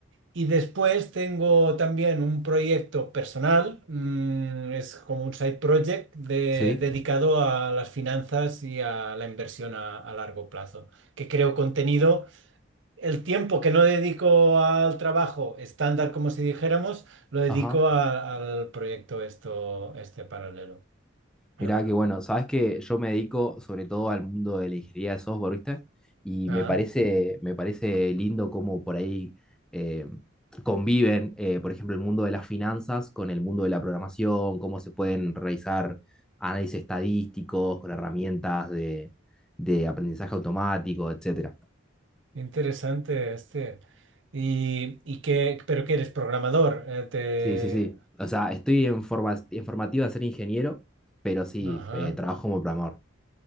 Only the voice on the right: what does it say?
Y después tengo también un proyecto personal, mm, es como un side project de-
dedicado a las finanzas y a la inversión a, a largo plazo, que creo contenido. El tiempo que no dedico al trabajo estándar, como si dijéramos, lo dedico
a- al proyecto esto, este paralelo.
Ah, bueno,
ah,
interesante este. Y, y qué, pero que eres programador, eh, te...
Ajá.